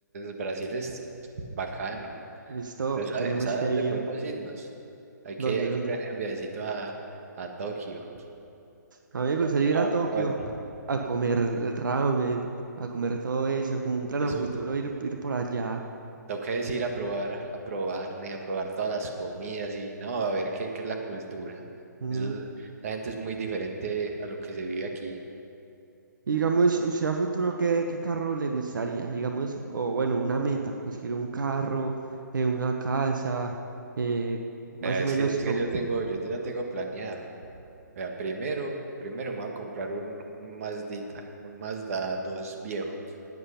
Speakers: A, on the right; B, on the right.
A: Brasil es bacano.
B: Stop,
A: Pero ¿sabe,
B: tenemos
A: sabe
B: que
A: dónde
B: ir.
A: podemos irnos? Hay
B: ¿Dónde,
A: que, hay que
B: dónde?
A: planear un viajecito a, a Tokio,
B: A mí me gustaría
A: Tokio,
B: ir a
A: Japón.
B: Tokio a, a comer el ramen, a comer todo eso, como un plan
A: Eso,
B: a futuro, ir, ir por allá.
A: toca es ir a probar, a probar, ne, a probar todas las comidas y no, a ver qué, qué es la cultura.
B: Mm.
A: Eso, la gente es muy diferente a lo que se vive aquí.
B: Y digamos, usted a futuro, ¿qué, qué carro le gustaría? Digamos, o bueno, una meta, conseguir un carro, eh, una casa, eh, más
A: Eh,
B: o
A: Es
B: menos
A: que, es
B: como,
A: que yo tengo, yo ya tengo planeado. Vea, primero, primero me voy a comprar un, un Mazdita, un Mazda 2 viejo.